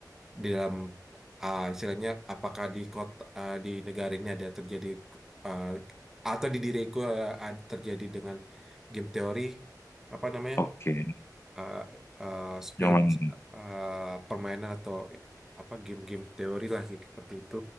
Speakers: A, in the centre; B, on the left (about 35°).
A: di dalam uh, istilahnya apakah di kota uh, di negara ini ada terjadi uh, atau di diriku uh, ada terjadi dengan game teori apa namanya
B: Oke.
A: uh, uh, spion
B: Yang mana? nih?
A: uh, permainan atau apa game-game teori lah gitu, seperti itu